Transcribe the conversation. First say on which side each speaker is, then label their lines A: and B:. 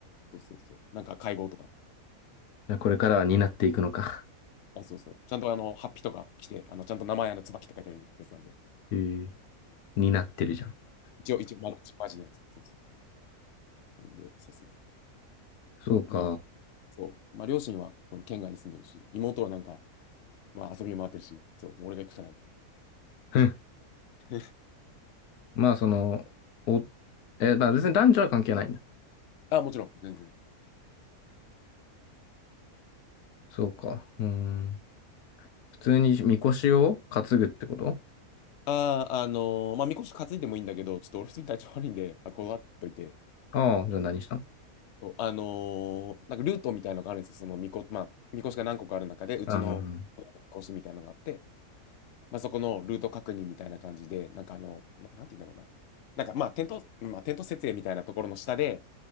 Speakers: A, on the left; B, on the left.
A: そうそうそう。なんか会合とか。
B: これからは担っていくのか。
A: あ、そうそう。ちゃんとあの、ハッピーとか来て、あの、ちゃんと名前、あの、椿って書いてあるやつなんで。
B: へえー、担ってるじゃん。
A: 一応、一応、まあ、マジのやつ。そうそう。なんで、そうですね。
B: そうか。
A: まあ、そう。まあ、両親は、その、県外に住んでるし、妹はなんか、まあ、遊び回ってるし、そう、俺が行くしかないっていう。
B: ふん。
A: <laughs>
B: まあ、その、お、え、まあ別に男女は関係ないんだ。
A: あ、もちろん、全然。
B: そうか。うーん。普通にみこしを担ぐってこと
A: ああ、あのーまあ、みこし担いでもいいんだけど、ちょっと俺普通に体調悪いんで、あ、こだわっといて。
B: ああ、じゃあ何したの
A: そう、あのーなんかルートみたいのがあるんですよ。そのみこ、まあ、みこしが何個かある中で、うちの、
B: ああ、うん、
A: みこしみたいのがあって、まあ、そこのルート確認みたいな感じで、なんかあの、な、なんて言うんだろうな。なんかまあ、テント、まあ、テント設営みたいなところの下で、